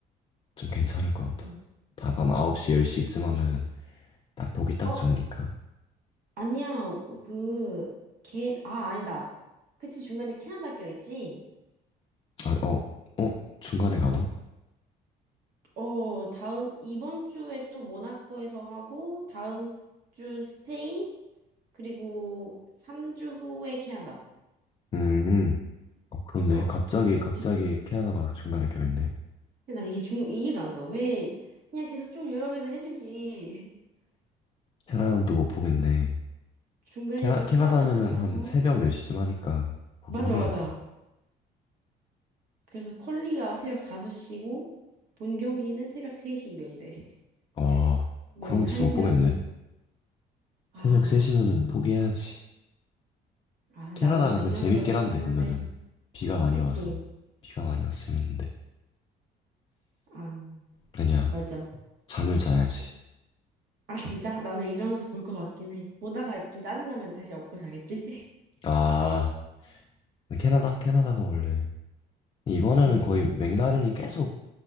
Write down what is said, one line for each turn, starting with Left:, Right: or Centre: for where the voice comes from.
Left: 좀 괜찮을 것 같아
Right: 응.
Left: 다 밤 9시, 10시쯤 하면은 딱 보기 딱
Right: 어,
Left: 좋으니까
Right: 아니야. 그, 걔, 아, 아니다. 그치, 중간에 캐나다 껴있지?
Left: 아, 어, 어? 중간에 가나?
Right: 어, 다음, 이번 주에 또 모나코에서 하고, 다음 주는 스페인, 그리고 3주 후에 캐나다.
Left: 음, 음. 어, 그렇네
Right: 어,
Left: 갑자기 갑자기
Right: 이,
Left: 캐나다가 중간에 껴있네
Right: 난 이게 중, 이해가 안 가. 왜, 그냥 계속 쭉 유럽에서 해주지. <laughs>
Left: 캐나다도 못 보겠네
Right: 중간에
Left: 캐나,
Right: 또
Left: 캐나다면은
Right: 캐나다 갔다가.
Left: 한 새벽 몇 시쯤 하니까 보기
Right: 맞아,
Left: 힘들겠다.
Right: 맞아. 그래서 퀄리가 새벽 5시고, 본 경기는 새벽 3시 왜 이래. <laughs>
Left: 와,
Right: 너무
Left: 그런 건
Right: 살인적인.
Left: 진짜 못 보겠네.
Right: 아,
Left: 새벽 3시면은
Right: 그,
Left: 포기해야지.
Right: 아, 나는
Left: 캐나다
Right: 뭔가
Left: 근데
Right: 일어나서
Left: 재밌긴
Right: 볼 것
Left: 한데
Right: 같긴
Left: 보면은
Right: 한데.
Left: 비가 많이
Right: 그치?
Left: 와서 비가 많이 와서 재밌는데.
Right: 아,
Left: 아니야,
Right: 맞아.
Left: 잠을 자야지.
Right: 아, 진짜? 나는 일어나서 볼 것 같긴 해. 보다가 이제 좀 짜증나면 다시 업고 자겠지? <laughs>
Left: 아, 근데 캐나다? 캐나다가 원래 이번에는
Right: 응,
Left: 거의 맥라렌이 계속